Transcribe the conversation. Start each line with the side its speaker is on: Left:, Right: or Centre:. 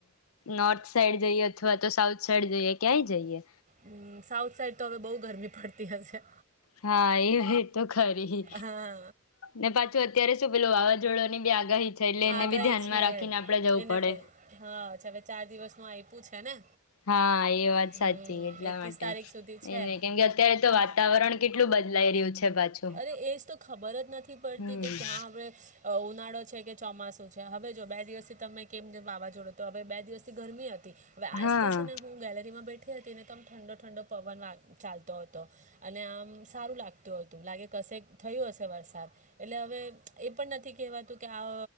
Left: નોર્થ સાઈડ જઈએ. અથવા તો સાઉથ સાઈડ જઈએ ક્યાંય જઈએ.
Right: હમ્મ, સાઉથ સાઈડ તો હવે બઉુ ગરમી પડતી હશે.
Left: હા, એ એજ તો ખરી.
Right: હા
Left: ને પાછું અત્યારે શું પેલું વાવાઝોડા ની બી આગાહી છે એટલે એને
Right: આગઈ
Left: બી ધ્યાનમાં
Right: છે.
Left: રાખીને આપડે જવું
Right: એને
Left: પડે
Right: પણ હા હવે ચાર દિવસમાં આવી. તું છે ને,
Left: હા, એ વાત
Right: હમ
Left: સાચી એટલા
Right: એકવીસ
Left: માટે
Right: તારીખ
Left: એ
Right: સુધી છે
Left: કેમ કે, અત્યારે તો વાતાવરણ કેટલું બદલાઈ રહ્યું છે. પાછું
Right: અરે એજ તો ખબર જ નથી પડતી.
Left: હમ
Right: કે ક્યાં હવે ઉનાળો છે કે, ચોમાસું છે. હવે જો બે દિવસથી તમે કેમ જેમ વાવાઝોડો તો હવે બે દિવસથી ગરમી જ હવે, આજથી
Left: હા
Right: છે. ને હું ગેલેરીમાં બેઠી હતી ને તમ ઠંડો ઠંડો પવન ચાલતો હતો. અને આમ, સારું લાગતું હતું. તું લાગે કશે થયું હશે વરસાદ, એટલે હવે એ પણ નથી કેહેવાતું, કે આ